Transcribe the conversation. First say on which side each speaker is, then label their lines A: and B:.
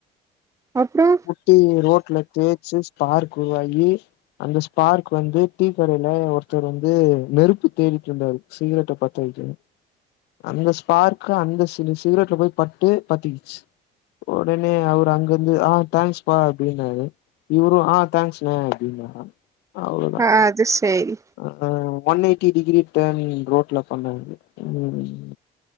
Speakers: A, on the right (about 20°); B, on the left (about 80°).
A: அப்றோ
B: முட்டி ரோட்ல தேய்ச்சு ஸ்பார்க்குருவாகி அந்த ஸ்பார்க் வந்து டீ கடையில ஒருத்தர் வந்து நெருப்பு தேடிட்ருந்தாரு சிகரெட்ட பத்த வெக்கனு அந்த ஸ்பார்க்கு அந்த சிலு சிகரெட்ல போய் பட்டு பத்திகிச் ஒடனே அவரு அங்கருந்து ஆ தேங்க்ஸ் பா அப்டின்னாரு இவரு ஆ தேங்க்ஸ்னே அப்டின்னாரா அவ்ளதா
A: ஆ அது சேரி
B: அ ஒன் எய்ட்டி டிகிரி டர்ன் ரோட்ல பண்ணது உம்